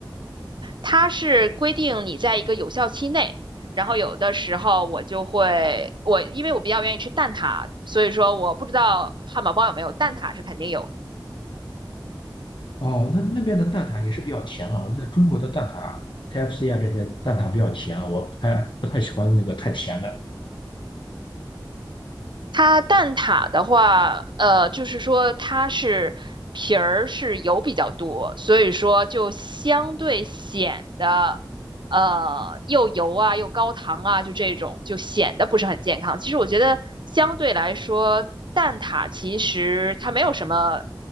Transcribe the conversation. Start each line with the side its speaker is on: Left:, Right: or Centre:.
Right: 它是规定你在一个有效期内，然后有的时候我就会，我因为我比较愿意吃蛋挞，所以说我不知道汉堡包有没有，蛋挞是肯定有
Left: 哦，那那边的蛋挞也是比较甜啊，我记得中国的蛋挞 KFC 啊这些蛋挞比较甜啊，我不太不太喜欢那个太甜的。
Right: 它蛋挞的话，呃，就是说它是皮儿是油比较多，所以说就相对显得，呃，又油啊又高糖啊，就这种就显得不是很健康。其实我觉得相对来说，蛋挞其实它没有什么，